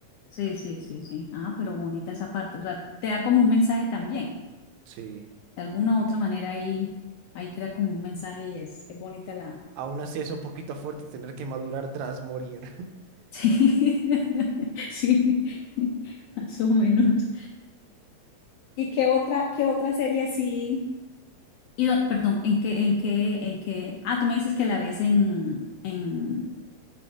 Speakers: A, on the left; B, on the right.
A: Sí, sí, sí, sí. Ah, pero bonita esa parte. O sea, te da como un mensaje también.
B: sí.
A: De alguna u otra manera ahí, ahí crea como un mensaje y es, es bonita la...
B: Aún
A: <laughs>
B: así es un poquito fuerte tener que madurar tras morir. <laughs>
A: Sí, <laughs> sí, <laughs> más o menos. ¿Y qué otra, qué otra serie así? Y, do- perdón, ¿en qué, en qué, en qué? Ah, tú me dices que la ves en, en,